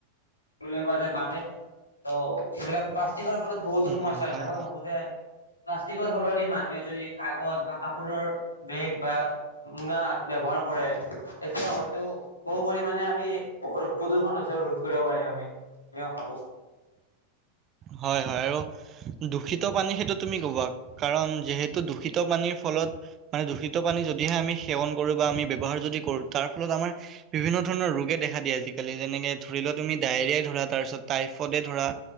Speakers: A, on the left (about 80°); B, on the right (about 30°).
A: দেখিবলৈ পোৱা যায় বানে অ এইবিলাক প্লাষ্টিকৰ ফলত বহুতো
B: উম
A: সমস্যা হৈছে
B: হয়
A: মই
B: হয়।
A: ভাবো যে প্লাষ্টিকৰ সলনি মানুহে যদি কাগজ বা কাপোৰৰ বেগ বা মোনা ব্যৱহাৰ কৰে, তেতিয়া হয়তো বহু পৰিমাণে আমি প্ৰদূষণ সঁচাই ৰোধ কৰিব পাৰিম আমি বুলি মই ভাবো।
B: হয় হয় আৰু দূষিত পানী সেইটো তুমি ক'বা কাৰণ যিহেতু দূষিত পানীৰ ফলত মানে দূষিত পানী যদিহে আমি সেৱন কৰো বা আমি ব্যৱহাৰ যদি কৰোঁ তাৰ ফলত আমাৰ বিভিন্ন ধৰণৰ ৰোগে দেখা দিয়ে আজিকালি যেনেকে ধৰি লোৱা তুমি ডায়েৰিয়াই ধৰা তাৰপিছত টাইফইডে ধৰা